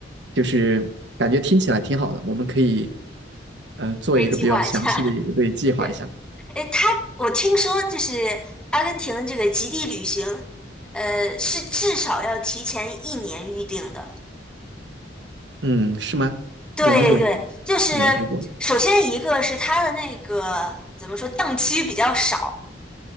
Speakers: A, on the right; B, in the centre.
A: 就是感觉听起来挺好的，我们可以呃做一个比较详细的一个对计划一下。
B: 可以计划一下。<laughs> 对，哎，他我听说就是阿根廷的这个极地旅行，呃，是至少要提前一年预定的。
A: 嗯，是吗？
B: 对对，
A: 我没有
B: 就是
A: 研究过。
B: 首先一个是它的那个怎么说，档期比较少，